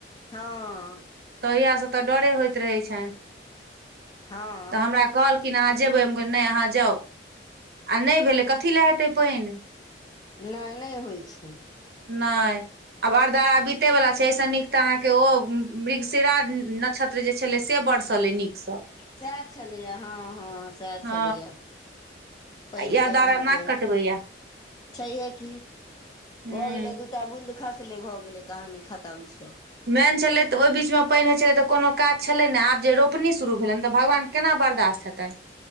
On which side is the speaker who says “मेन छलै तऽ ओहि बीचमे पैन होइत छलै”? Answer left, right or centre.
Right